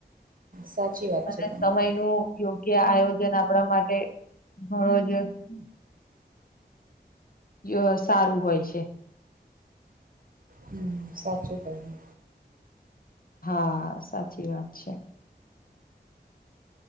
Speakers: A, on the right; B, on the left.
A: સાચી વાત
B: અને
A: છે તમારી
B: સમય નું યોગ્ય આયોજન આપણા માટે <unintelligible> ય સારું હોય છે.
A: હમ્મ, સાચું કહ્યું.
B: હા સાચી વાત છે.